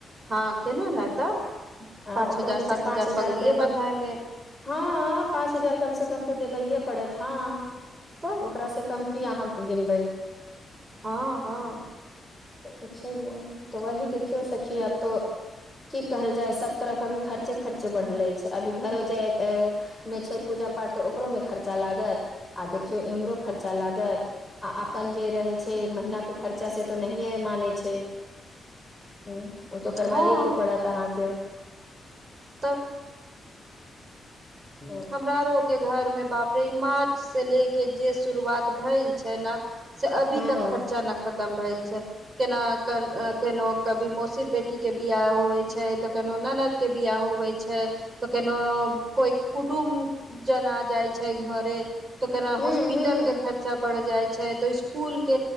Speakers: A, on the right; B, in the centre.
A: हँ केना ने तऽ
B: आ
A: पाँच
B: ओकरो
A: हजार
B: मे
A: सात
B: चार
A: हजार
B: पाँच
A: पगड़िये
B: रुपआ
A: बन्धा मे
B: हँ पाँच हजार कम से कम तऽ देबैए पड़त हँ
A: तऽ
B: ओकरा से कम की अहाँ गिनबै
A: हँ हँ
B: अच्छा तऽ वही देखियौ सखी आब त की कहल जाय सब तरफ अभी खर्चे खर्चे बढ़ल अछि छै अभी घरो जाय मे छै पूजा पाठ तऽ ओकरो में खर्चा लागत आ देखियो इम्हरो खर्चा लागत आ अपन जे रहे छै महिना के खर्चा से तऽ नहिए मानै छै
A: <unintelligible>
B: हूँ, ओ तऽ करबाइए
A: हँ
B: के पड़त अहाँके
A: तऽ
B: हँ
A: हमरा रोक के घर मे बापरे मार्च से ले के जे शुरुआत भेल छै ने
B: हूँ
A: त खर्चा नहि खतम भेल छै केना के केनो कभी मोसीर बेटी के बियाह होवै छै तऽ केनो ननद के बिआ होवै छै तऽ केनो कोइ कुटुम्ब जना जाय छै घरे तो केना
B: हूँ
A: हॉस्पिटल के खर्चा बढ़ जाय छै तऽ स्कुल के